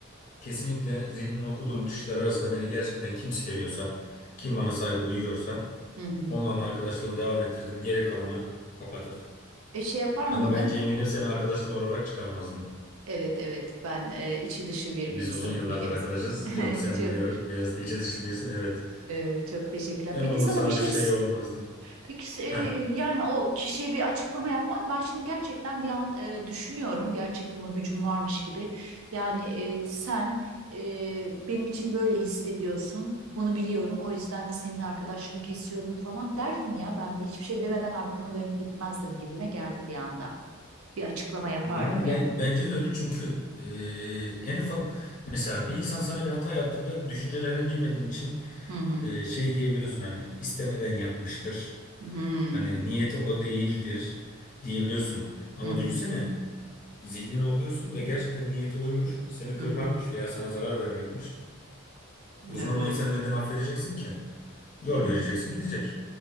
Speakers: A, on the left; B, on the right.
A: Kesinlikle zihnini okuduğum kişiler arasında beni gerçekten kim seviyorsa, kim bana saygı duyuyorsa
B: Hı hı.
A: onunla arkadaşlığımı devam ettirdim. Geri kalanı kapatırdım.
B: E şey yapar mıydın?
A: Ama bence eminim seni arkadaşım olarak çıkarmazdım.
B: Evet evet ben e, içi dışı bir
A: Biz
B: bir insanım
A: uzun yıllardır
B: biliyorsun.
A: arkadaşız.
B: <laughs>
A: Yok sen
B: Çok,
A: biliyorum biraz da içi dışı birisin evet.
B: evet, çok teşekkürler.
A: Yani
B: Peki
A: onun
B: sana
A: sana
B: bir şey
A: bir şey olmazdı.
B: Peki e,
A: Heh.
B: yani o kişiye bir açıklama yapman ben şimdi gerçekten bir an e, düşünüyorum gerçekten o gücüm varmış gibi yani e, sen e, benim için böyle hissediyorsun bunu biliyorum o yüzden de senin arkadaşlığını kesiyorum falan derdim ya ben hiçbir şey demeden arkamı dönüp gitmezdim gibime geldi bir anda bir açıklama yapardım
A: Yani
B: yani.
A: ben bence de öyle çünkü e, en ufak mesela bir insan sana bir hata yaptığında düşüncelerini bilmediğin için
B: Hı hı.
A: e, şey diyebiliyorsun hani istemeden yapmıştır.
B: Hı hı.
A: Hani niyeti o değildir diyebiliyorsun. Ama
B: Hı hı.
A: düşünsene zihnini okuyorsun ve gerçekten niyeti oymuş. Seni kırmakmış
B: Hı hı.
A: veya sana zarar vermekmiş. O zaman
B: Evet.
A: o insanı neden affedeceksin ki? Yol
B: Evet.
A: vereceksin gidecek.